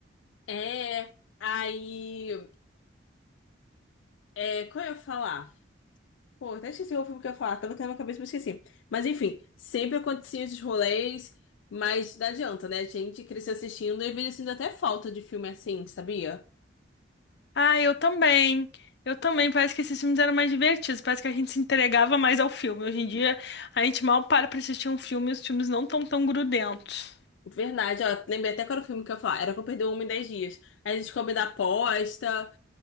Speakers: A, on the left; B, on the left.
A: É. Aí. É, como eu ia falar? Pô, até esqueci o filme que eu ia falar. Tava aqui na minha cabeça, mas esqueci. Mas enfim, sempre aconteciam esses rolês, mas não adianta, né? A gente cresceu assistindo e veio sentindo até falta de filme assim, sabia?
B: Ah, eu também. Eu também. Parece que esses filmes eram mais divertidos. Parece que a gente se entregava mais ao filme. Hoje em dia, a gente mal para pra assistir um filme e os filmes não estão tão tão grudentos.
A: Verdade, ó, lembrei até qual era o filme que eu ia falar. Era Como Perder o Homem em 10 Dias. Aí a gente come da aposta,